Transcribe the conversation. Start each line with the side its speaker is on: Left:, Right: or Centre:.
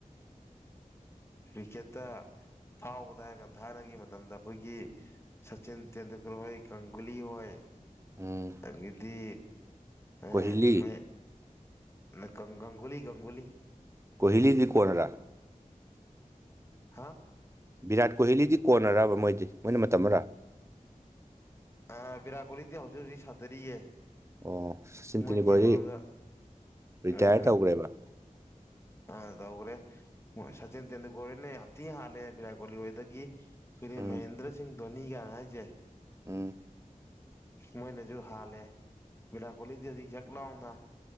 Left: ꯀ꯭ꯔꯤꯛꯀꯦꯠꯇ ꯐꯥꯎꯕꯗ ꯍꯥꯏꯔ ꯀꯗ ꯊꯥꯏꯅꯒꯤ ꯃꯇꯝꯗ ꯑꯩꯈꯣꯏꯒꯤ ꯁꯆꯤꯟ ꯇꯦꯟꯗꯨꯜꯀꯔ ꯍꯣꯏ ꯀꯪꯒꯨꯂꯤ ꯍꯣꯏ
Right: ꯎꯝ
Left: ꯑꯗꯨꯤꯗꯤ ꯑꯦ
Right: ꯀꯣꯍꯤꯂꯤ
Left: ꯃꯥꯏ ꯅ ꯉꯒꯨꯂꯤ ꯪꯒꯨꯂꯤ
Right: ꯀꯣꯍꯤꯂꯤꯒꯤ ꯀꯣꯟꯅꯔꯥ
Left: ꯍꯥ
Right: ꯚꯤꯔꯥꯠ ꯀꯣꯍꯂꯤꯗꯤ ꯀꯣꯟꯅꯔꯕ ꯃꯣꯏꯗꯤ ꯃꯣꯏꯅ ꯃꯇꯝ ꯑꯃꯔꯥ
Left: ꯑ ꯕꯤꯔꯥꯠ ꯀꯣꯂꯤꯗꯤ ꯍꯧꯖꯤꯛ ꯍꯧꯖꯤꯛ ꯁꯥꯗꯔꯤꯌꯦ
Right: ꯑꯣ ꯁꯆꯤꯟ
Left: ꯃꯣꯏꯗꯤ
Right: ꯇꯦꯟꯗꯨꯜꯀꯔꯗꯤ
Left: ꯑꯃꯔꯣꯝꯗ
Right: ꯔꯤꯇꯥꯌꯔ
Left: ꯎꯝ
Right: ꯇꯧꯈ꯭ꯔꯦꯕ
Left: ꯑꯥ ꯇꯧꯈ꯭ꯔꯦ ꯍꯣꯏ ꯁꯆꯤꯟ ꯇꯦꯟꯗꯨꯜꯀꯔꯅ ꯌꯥꯝ ꯊꯤꯅ ꯍꯥꯜꯂꯦ ꯚꯔꯥꯠ ꯀꯣꯂꯤ ꯍꯣꯏꯗꯒꯤ ꯑꯩꯈꯣꯏꯒꯤ
Right: ꯎꯝ
Left: ꯃꯍꯦꯟꯗ꯭ꯔ ꯁꯤꯡ ꯙꯣꯅꯤꯒꯅ ꯍꯥꯏꯁꯦ
Right: ꯎ
Left: ꯃꯣꯏꯅꯁꯨ ꯍꯥꯜꯂꯦ ꯚꯔꯥꯠ ꯀꯣꯂꯤꯗꯤ ꯍꯧꯖꯤꯛ ꯍꯛ ꯂꯥꯎꯅ